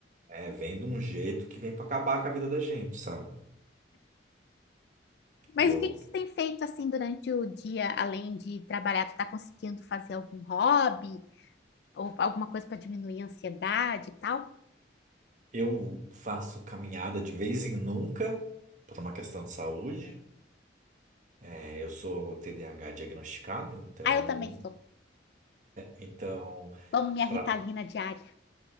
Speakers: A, on the right; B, on the left.
A: É, vem de um jeito que vem pra acabar com a vida da gente, sabe?
B: Mas
A: Eu,
B: o que que tu tem feito assim durante o dia, além de trabalhar? Tu tá conseguindo fazer algum hobby ou alguma coisa para diminuir a ansiedade e tal?
A: eu faço caminhada de vez em nunca, por uma questão de saúde. É, eu sou TDAH diagnosticado, então,
B: Ah, eu também sou.
A: então
B: Tomo minha Ritalina
A: para
B: diária.